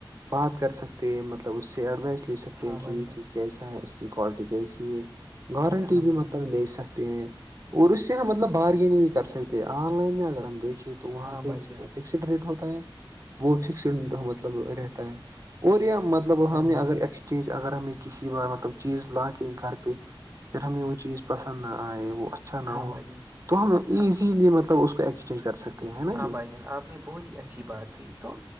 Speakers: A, on the right (about 40°); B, on the right (about 25°).
A: بات کر سکتے ہیں مطلب اس سے ایڈوائس ل سکتے
B: ہاں
A: ہیں
B: بھائی
A: کہ یہ
B: جان
A: چیز کیسا ہے اس کی کوالٹی کیسی ہے گارنٹی
B: ہاں
A: بھی
B: بھائی جان
A: مطلب لے سکتے ہیں اور اس سے ہم مطلب بارگینگ بھی کر سکتے ہیں آن لائن میں اگر ہم دیکھے تو وہاں
B: ہاں
A: پہ
B: بھائی
A: جتنا
B: جان
A: فکسڈ ریٹ ہوتا ہے وہ فکسڈ مطلب رہتا ہے اور یہیا مطلب
B: ہاں
A: ہم
B: بھائی
A: نے اگر
B: جان
A: ایکسچینج اگر ہمیں کسی ب مطلب چیز لا کے گھر پہ
B: ج
A: ہمیں وہ چیز پسند نہ آئے وہ اچھا نہ
B: ہاں
A: ہو
B: بھائی جان
A: تو ہم ایزیلی
B: ہاں
A: مطلب اس کو چیز کر سکتے ہیں ہے نا
B: ہاں
A: جی
B: بھائی آپ نے بہت ہی اچھی بات کہ تو